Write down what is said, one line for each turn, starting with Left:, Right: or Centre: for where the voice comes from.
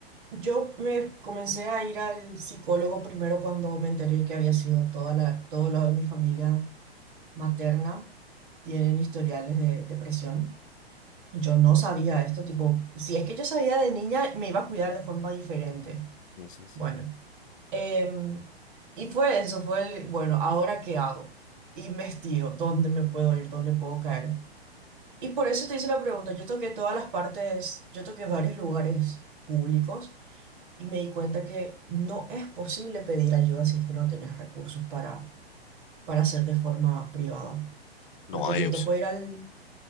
Right: Yo me comencé a ir al psicólogo primero cuando me enteré que había sido toda la, todo lo de mi familia materna tienen historiales de depresión. Yo no sabía esto, tipo, si es que yo sabía de niña, me iba a cuidar de forma diferente.
Left: Ujú.
Right: Bueno, em, y fue eso, fue el, bueno, ¿ahora qué hago? Investigo, ¿dónde me puedo ir? ¿Dónde puedo caer? Y por eso te hice la pregunta, yo toqué todas las partes, yo toqué varios lugares públicos y me di cuenta que no es posible pedir ayuda si es que no tenés recursos para, para hacer de forma privada.
Left: No
Right: Porque
Left: hay
Right: me
Left: opción.
Right: tocó ir al,